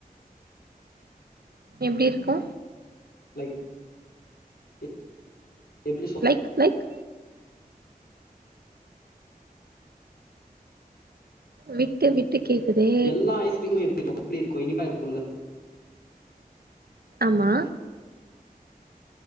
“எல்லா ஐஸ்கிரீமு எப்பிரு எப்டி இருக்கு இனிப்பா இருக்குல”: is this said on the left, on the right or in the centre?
Left